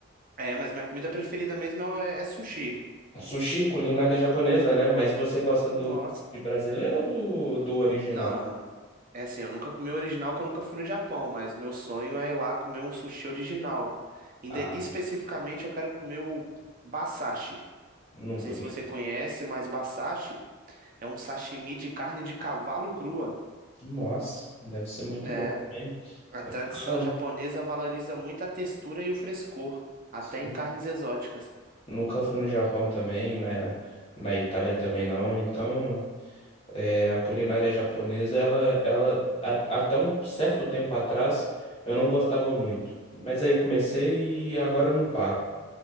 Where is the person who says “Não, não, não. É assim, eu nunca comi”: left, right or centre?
Right